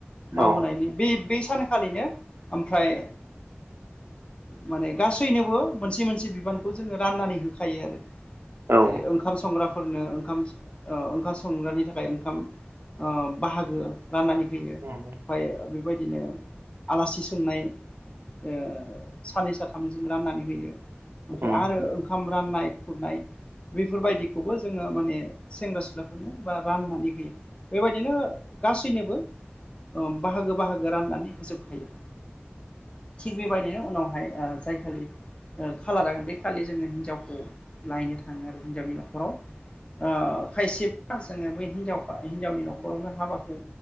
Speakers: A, on the right; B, on the left.
A: औ
B: मावहोनायनि बे बे सानखालिनो ओमफ्राय माने गासैनोबो मोनसे मोनसे बिबानखौ जोङो राननानै होखायो आरो
A: उम
B: जेरै
A: उम
B: ओंखाम संग्राफोरनो ओंखाम ओ ओंखाम संग्रानि थाखाय ओंखाम ओ बाहागो राननानै होयो
A: उम उम
B: ओमफ्राय बेबायदिनो आलासि सोंनाय ओ सानै साथामजों राननानै होयो
A: उम
B: ओमफ्राय आरो ओंखाम राननाय खुरनाय बेफोरबायदिखौबो जोङो माने सेंग्रा सिख्लाफोरनो बा राननानै होयो बेबायदिनो गासैनोबो ओ बाहागो बाहागो राननानै होजोबखायो थिग बेबायदिनो उनावहाय ओ जायखालि ओ खालार लाागोन बे खालि जोङो हिन्जावखौ लायनो थाङो आरो हिनजावनि न'खराव ओ खायसेब जोङो ब हिनजाव हिनजावनि न'खरावनो हाबाखौ